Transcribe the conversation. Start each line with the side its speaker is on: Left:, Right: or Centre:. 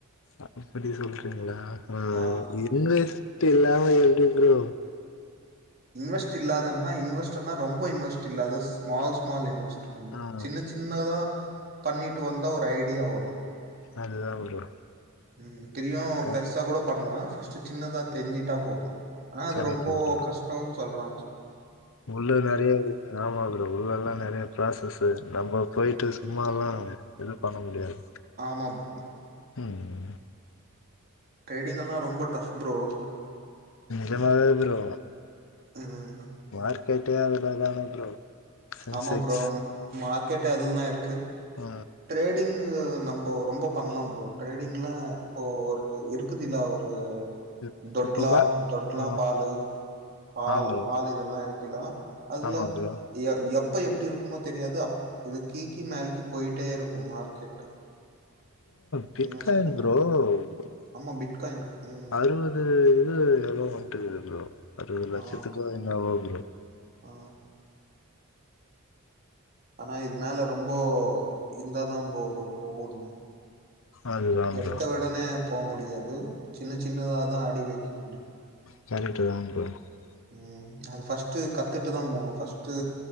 Left: அப்படி சொல்றீங்களா ஆஹ்
Right: ஆ
Left: இன்விஸ்ட் <unintelligible> எப்படி ப்ரோ
Right: இன்வெஸ்ட் இல்லாதன்னா இன்வெஸ்டர்னா ரொம்ப இன்வெ்ட்ல்லது ஸ்மால் ஸ்மால் இன்வெஸ்ட்
Left: ஆ
Right: சின்ன சின்னதா பண்ணிட்டு வந்தா ஒரு ஐடியா வரும்
Left: அதுதா ப்ரோ
Right: உம் தெரிய
Left: க
Right: பெருசா கூட பண்ணலாம் ஃபர்ஸ்ட் சின்னதா தெரிஞ்சுட்டா போதும் ஆனா அது
Left: கரெக்ட்டு
Right: ரொம்ப
Left: ப்ரோ
Right: கஷ்டம் சொல்றா
Left: உள்ள நிறைய யாமந்தற உள்ள எல்லாம் நிறைய ப்ராசஸ் நம்ம போயிட்டு சும்மாலாம் எதுவும் பண்ண முடியாது
Right: ஆமா ப்ரோ
Left: உம்
Right: ட்ரேடிங் எல்லாம் ரொம்ப டஃப் ப்ரோ
Left: நிஜமா ப்ரோ
Right: உம்
Left: மார்கெட்டே ஆதுல தான ப்ரோ சென்செக்ஸ்
Right: ஆமா ப்ரோ ஆம் மார்க்கெட் அதுல தான் இருக்கு
Left: ஆ
Right: ட்ரேடிங் நம்ம ரொம்ப பண்ணலாம் ப்ரோ ட்ரேடிங்லாம் இப்போ ஒரு இருக்குதுல்ல ஒரு
Left: இப்-
Right: தொட்லா
Left: இப்போ பா
Right: தொட்லா
Left: ஆ
Right: பால் பால்
Left: ஆ ப்ரோ
Right: பால் இதெல்லாம் இருக்கு <unintelligible> அதுல
Left: ஆமா ப்ரோ
Right: எப்ப எப்படி இருக்கும் தெரியாது இது கீக்கி மேலக்கு போயிட்டு இருக்கும் மார்க்கெட்
Left: <inaudible> ப்ரோ
Right: இன்வெஸ்ட் பண்ண
Left: <unintelligible>
Right: ஆமா பிட் காாயின் உம்
Left: அறுவது இது எள்வோ வந்துட்டு இருக்கம் அறுபது லட்சத்துக்கு
Right: ஆ
Left: என்னவேவ்
Right: ஆ ஆனா இது மேல ரொம்ப இருந்தாதான் ப்ரோ போக முடியும்
Left: அதுதா
Right: எடுத்த
Left: ப்ரோ
Right: உடனே போ முடியாது சின்ன சின்னதாதான் அடி வைக்க முடியும்
Left: <unintelligible>
Right: உம் அது ஃபர்ஸ்ட் கத்துட்டு தான் போகணும் ஃபர்ஸ்டு